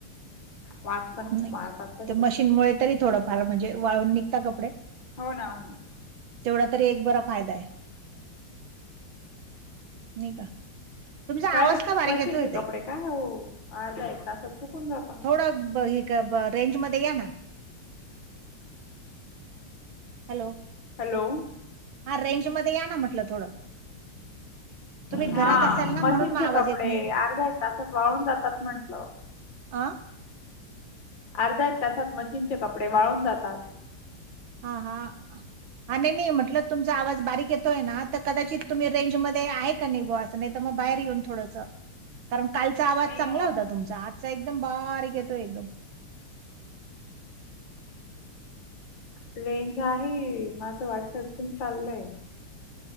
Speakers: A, on the left (about 60°); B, on the right (about 70°).
A: वास पण खूप
B: नाही
A: मारतात
B: का,
A: तसे
B: ते मशीनमुळे तरी थोडंफार म्हणजे वाळून निघता कपडे.
A: हो ना, हो ना.
B: तेवढा तरी एक बरा फायदा आहे. नई का? तुमचा
A: काय
B: आवाज का बारीक
A: मशीनचे
B: येतोय ताई?
A: कपडे, काय हो अर्धा एक तासात सुकून जाता.
B: थोडं रेंज मध्ये या ना. हॅलो?
A: हॅलो.
B: हा, रेंज मध्ये या ना म्हटलं थोडं. तुम्ही घरात
A: हा,
B: असाल ना
A: मशीनचे
B: म्हणून मग आवाज
A: कपडे,
B: येत नाहीये.
A: अर्ध्या एक तासात वाळून जातात म्हंटलं.
B: आ?
A: अर्ध्या एक तासात मशीनचे कपडे वाळून जातात.
B: हा हा. आणि नाही नाही म्हटलं, तुमचा आवाज बारीक येतोय ना, तर कदाचित तुम्ही रेंज मध्ये आहे का नाही बॉस नाही तर मग बाहेर येऊन थोडस कारण कालचा आवाज
A: नाही
B: चांगला
A: ओ.
B: होता तुमचा, आजचा एकदम बारीक येतो एकदम <inaudible>
A: रेंज आहे, माझं वाईफाय पण चाललंय.